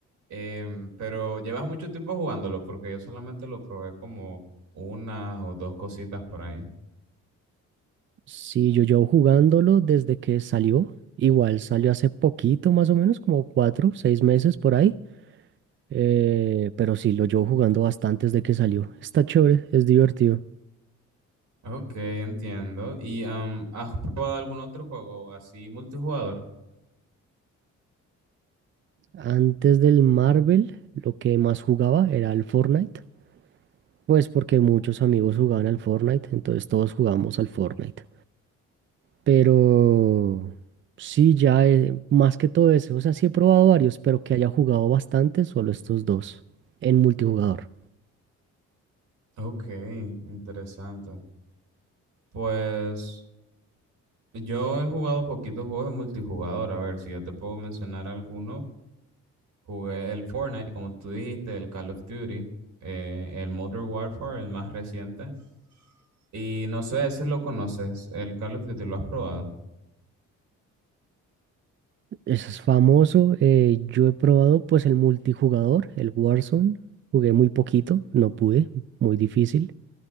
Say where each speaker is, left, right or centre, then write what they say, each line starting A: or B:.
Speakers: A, on the right; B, on the right.
A: Em, pero llevas mucho tiempo jugándolo porque yo solamente lo probé como una o dos cositas por ahí.
B: Sí, yo llevo jugándolo desde que salió. Igual salió hace poquito, más o menos, como cuatro, seis meses por ahí. Eh, pero sí, lo llevo jugando bastante desde que salió. Está chévere, es divertido.
A: Ok, entiendo. ¿Y am, has probado algún otro juego así multijugador?
B: Antes del Marvel, lo que más jugaba era el Fortnite. Pues porque muchos amigos jugaban al Fortnite, entonces todos jugamos al Fortnite. Pero sí, ya eh, más que todo eso, o sea, sí he probado varios, pero que haya jugado bastante, solo estos dos en multijugador.
A: Ok, interesante. Pues yo he jugado poquitos juegos de multijugador. A ver, si yo te puedo mencionar alguno. Jugué el Fortnite, como tú dijiste, el Call of Duty, eh, el Modern Warfare, el más reciente. Y no sé, ese lo conoces, el Call of Duty, ¿lo has probado?
B: Eso es famoso, eh, yo he probado pues el multijugador, el Warzone, jugué muy poquito, no pude, muy difícil.